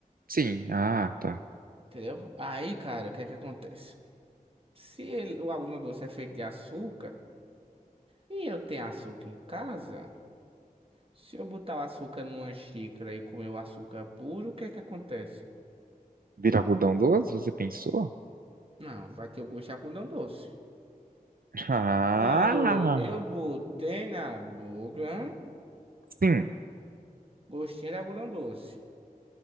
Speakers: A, on the right (about 75°); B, on the right (about 40°).
A: Sim, ah, tá.
B: Entendeu? Aí, cara, o que é que acontece? Se ele- o algodão doce é feito de açúcar e eu tenho açúcar em casa, se eu botar o açúcar numa xícara e comer o açúcar puro, o que é que acontece?
A: Vira algodão doce, você pensou?
B: Não, vai ter o gosto de algodão doce.
A: <laughs> Ah,
B: Quando eu botei na boca,
A: sim.
B: gostinho de algodão doce.